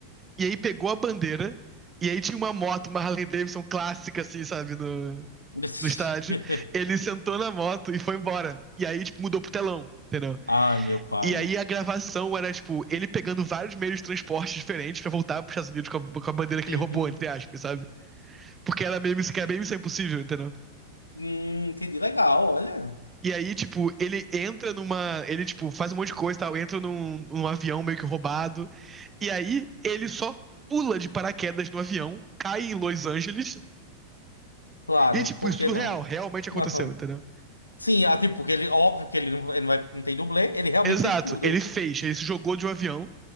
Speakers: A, on the right; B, on the left.
A: e aí pegou a bandeira, e aí tinha uma moto, uma Harley Davidson clássica, assim, sabe? No...
B: <laughs>
A: do estádio, ele sentou na moto e foi embora. E aí, tipo, mudou pro telão, entendeu?
B: Ai, meu pai.
A: E aí a gravação era, tipo, ele pegando vários meios de transporte diferentes pra voltar pros Estados Unidos com a, com a bandeira que
B: Uhum.
A: ele roubou, entre aspas, sabe? Porque era meio que era bem missão impossível, entendeu?
B: Hum, entendi. Legal, olha.
A: E aí, tipo, ele entra numa. Ele, tipo, faz um monte de coisa e tal, entra num, num avião meio que roubado. E aí, ele só pula de paraquedas no avião, cai em Los Angeles.
B: Claro,
A: E, tipo,
B: por
A: isso
B: que
A: tudo
B: não?
A: real, realmente aconteceu,
B: Aham.
A: entendeu?
B: Sim, ah, tipo, que ele, óbvio que ele não, ele não, vai, não tem dublê, ele realmente
A: Exato,
B: fez tudo.
A: ele fez, ele se jogou de um avião